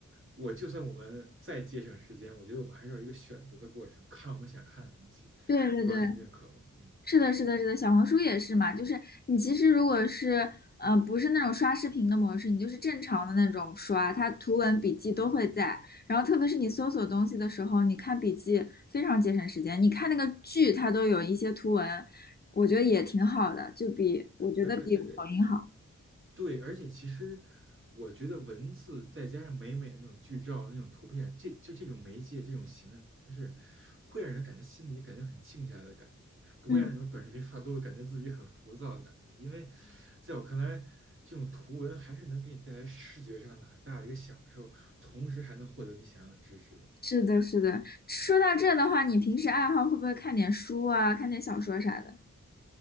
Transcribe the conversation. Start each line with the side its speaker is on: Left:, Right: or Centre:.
Right: 我就算我们再节省时间，我觉得我们还是要有一个选择的过程，看我们想看的东西。
Left: 对对对，
Right: 我不知道您认可吗？嗯，
Left: 是的，是的，是的，小红书也是嘛，就是你其实如果是呃不是那种刷视频的模式，你就是正常的那种刷，它图文笔记都会在。然后特别是你搜索东西的时候，你看笔记非常节省时间。你看那个剧，它都有一些图文，我觉得也挺好的，就比我觉得比抖音好。
Right: 而而。对，而且其实我觉得文字再加上美美的那种剧照、那种图片，这就这种媒介、这种形式，会让人感觉心里感觉很静下来的感觉，不会让那种短视频刷多了感觉自己很浮躁的感觉。
Left: 嗯。
Right: 因为在我看来，这种图文还是能给你带来视觉上的很大的一个享受，同时还能获得你想要的知识的。
Left: 是是是，是的，是的。说到这的话，你平时爱好会不会看点书啊，看点小说啥的？